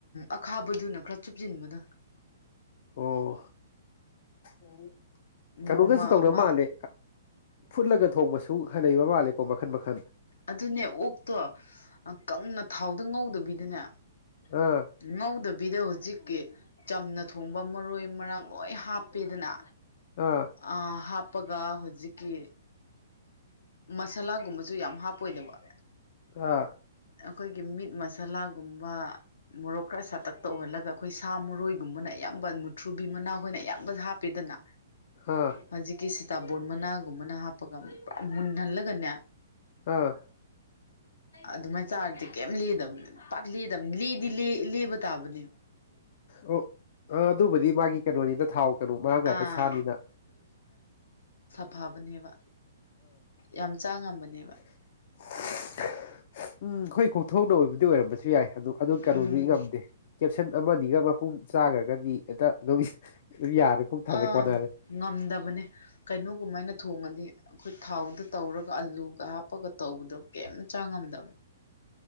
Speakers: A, on the left; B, on the left.
A: ꯑꯈꯥꯕꯗꯨꯅ ꯈꯔ ꯆꯨꯞꯁꯤꯟꯕꯗ
B: ꯑꯣ ꯎꯝ
A: ꯅꯣꯡꯃ
B: ꯀꯩꯅꯣꯒꯁꯨ ꯇꯧꯗꯅꯕ
A: ꯑꯃ
B: ꯃꯥꯜꯂꯦ ꯐꯨꯠꯂꯒ ꯊꯣꯡꯕꯁꯨ ꯍꯟꯅꯩꯕ ꯃꯥꯜꯂꯦꯀꯣ ꯃꯈꯟ ꯃꯈꯟ
A: ꯑꯗꯨꯅꯦ ꯑꯣꯛꯇꯣ ꯀꯪꯅ ꯊꯥꯎ ꯑꯗꯨ ꯉꯧꯗꯕꯤꯗꯅꯦ
B: ꯑꯥ
A: ꯉꯧꯗꯕꯤꯗ ꯍꯧꯖꯤꯛ ꯀꯦ ꯆꯝꯅ ꯊꯣꯡꯕ ꯃꯔꯣꯏ ꯃꯔꯥꯡ ꯂꯣꯏ ꯍꯥꯞꯄꯦꯗꯅ
B: ꯑꯥ
A: ꯑ ꯍꯥꯞ ꯍꯥꯞꯄꯒ ꯍꯧꯖꯤꯛꯀꯤ ꯃꯁꯥꯂꯥꯒꯨꯝꯕꯁꯨ ꯌꯥꯝ ꯍꯥꯞ ꯄꯣꯏꯅꯃꯛ
B: ꯑꯥ
A: ꯑꯩꯈꯣꯏꯒꯤ ꯃꯤꯠ ꯃꯁꯥꯂꯥꯒꯨꯝꯕ ꯃꯣꯔꯣꯛ ꯈꯔ ꯁꯥꯇꯛꯇ ꯎꯍꯜꯂꯒ ꯑꯩꯈꯣꯏ ꯁꯥ ꯃꯔꯣꯏꯒꯨꯝꯕꯅ ꯑꯌꯥꯝꯕ ꯃꯨꯊ꯭ꯔꯨꯕꯤ ꯃꯅꯥꯈꯣꯏꯅ ꯑꯌꯥꯝꯕ ꯍꯥꯞꯄꯤꯗꯅ
B: ꯑꯥ
A: ꯍꯧꯖꯤꯀꯤ ꯁꯤ ꯇꯥꯕꯣꯟ ꯃꯅꯥꯒꯨꯝꯕꯅ ꯍꯥꯞꯄꯒ ꯄꯨꯔꯥ ꯃꯨꯟꯍꯜꯂꯒꯅꯦ
B: ꯑꯥ
A: ꯑꯗꯨꯃꯥꯏ ꯆꯥꯔꯗꯤ ꯀꯩꯝ ꯂꯤꯗꯕꯅꯤ ꯄꯥꯛ ꯂꯤ ꯂꯤ ꯗꯤ ꯂ ꯂꯦꯕ ꯇꯥꯕꯅꯤ
B: ꯑꯣ ꯑ ꯑꯗꯨꯕꯨꯗꯤ ꯃꯥꯒꯤ ꯀꯩꯅꯣꯅꯤꯅ ꯊꯥꯎ ꯀꯩꯅꯣ ꯃꯔꯥꯡ ꯀꯥꯏ
A: ꯑꯥ
B: ꯄꯦ ꯁꯥꯥꯅꯤꯅ
A: ꯊꯕꯅꯦꯕ ꯌꯥꯝ ꯆꯥꯡꯉꯝꯕꯅꯦꯕ
B: <inaudible> ꯎꯝ ꯍꯣꯏ ꯀꯣ ꯊꯣꯛꯅ ꯑꯣꯏꯕꯗꯤ ꯑꯣꯏꯔꯝꯕꯁꯨ ꯌꯥꯏ ꯑꯗꯨ ꯑꯗꯨ ꯀꯩꯅꯣꯗꯨꯗꯤ
A: ꯎꯝ
B: ꯉꯝꯗꯦ ꯀꯦꯞꯁꯟ ꯑꯃꯒ ꯃꯄꯨꯡ ꯆꯥꯈ꯭ꯔꯒꯗꯤ ꯍꯦꯛꯇ ꯑꯗꯨꯝ ꯑꯗꯨꯝ ꯌꯥꯔꯦ ꯄꯨꯛ ꯊꯜꯂꯦ
A: ꯑꯥ
B: ꯀꯣꯟꯅꯔꯦ
A: ꯉꯝꯗꯕꯅꯦ ꯀꯩꯅꯣꯒꯃꯥꯏꯅ ꯊꯣꯡꯉꯗꯤ ꯑꯩꯈꯣꯏ ꯊꯥꯎꯗ ꯇꯧꯔꯒ ꯑꯗꯨꯒ ꯑꯥꯂꯨꯒ ꯍꯥꯞꯄꯒ ꯇꯧꯕꯗꯣ ꯀꯩꯝ ꯆꯥꯡꯉꯝꯗꯕꯅꯦ